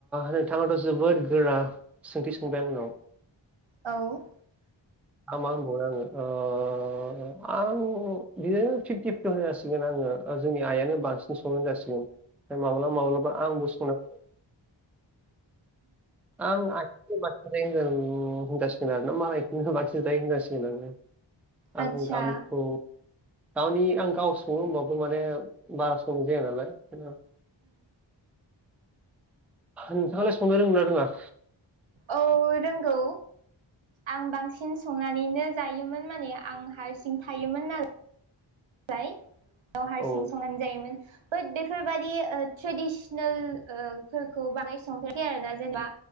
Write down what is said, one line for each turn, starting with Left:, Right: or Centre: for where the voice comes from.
Centre: नोंथाङाथ' जोबोद गोरा सोंथि सोंबाय आंनाव
Right: औ
Centre: आं मा होनबावो आङो ओ आं बिदिनो फिफ्टि <unintelligible> आङो जोंनि आयानो बांसिन संनाय जासिगोन माब्लाबा माब्लाबा आंबो संनां <unintelligible>
Right: आदसा
Centre: आं गावनिखौ गावनि आं गाव सङो होमबो माने बारा संनाय जाया नालाय जेनबा नोंथाङालाय संनो रोंगोना रोङा?
Right: औ रोंगौ। आं बांसिन संनानैनो जायोमोन माने आं हारसिं थायोमोन नाल <unintelligible> हारसिं
Centre: औ
Right: संनानै जायोमोन। बाट बेफोरबादि ट्रेडिसनेल ओ फोरखौ बानाय संफेराखै आरो जेनेबा